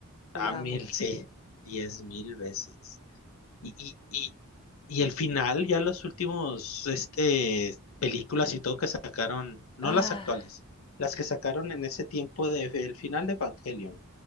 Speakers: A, on the left (about 70°); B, on the left (about 20°).
A: A
B: Yo la
A: mil,
B: amo.
A: sí. Diez mil veces. Y, y, y, y el final, ya los últimos, este, películas y todo que sacaron, no
B: Ah,
A: las actuales, las que sacaron en ese tiempo de, el final de Evangelion,